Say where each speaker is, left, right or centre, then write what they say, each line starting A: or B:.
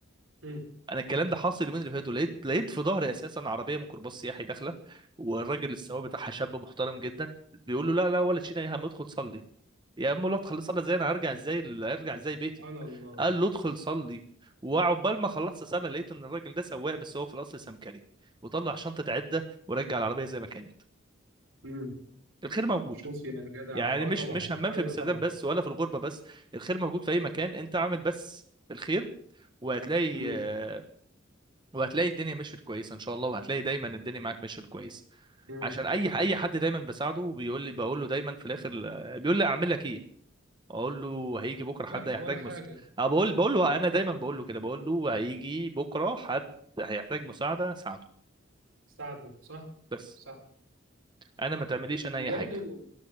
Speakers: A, on the right; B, on the right.
A: مم.
B: انا الكلام ده حاصل اليومين اللي فاتوا لقيت لقيت في ظهري اساسا عربيه ميكروباص سياحي داخله والراجل السواق بتاعها شاب محترم جدا بيقول له لا لا ولا تشيل يا هم ادخل صلي يا عم لا ادخل صلي ازاي انا هرجع ازاي هرجع
A: بس
B: ازاي
A: سبحان
B: بيتي
A: الله
B: قال له ادخل صلي وعقبال ما خلصت صلاة لقيت ان الراجل ده سواق بس هو في الاصل سمكري وطلع شنطه عده ورجع العربيه زي ما كانت
A: مم.
B: الخير موجود
A: شوف يا جدع
B: يعني
A: اه
B: مش
A: طبعا
B: مش همام
A: ايوه
B: في امستردام
A: طبعا
B: بس ولا في الغربه بس الخير موجود في اي مكان انت اعمل بس الخير وهتلاقي
A: مم.
B: آه، وهتلاقي الدنيا مشيت كويسه ان شاء الله وهتلاقي دايما الدنيا معاك مشيت كويس
A: مم.
B: عشان اي اي حد دايما بساعده وبيقول لي بقول له دايما في الاخر آه، بيقول لي اعمل لك ايه اقول له هيجي بكره حد
A: لا
B: هيحتاج
A: ولا حاجه
B: مس أو بقول بقول له انا دايما بقول له كده بقول له هيجي بكره حد هيحتاج مساعده ساعده
A: استعبد صح
B: بس
A: صح
B: انا ما تعمليش
A: وبرده
B: انا اي حاجه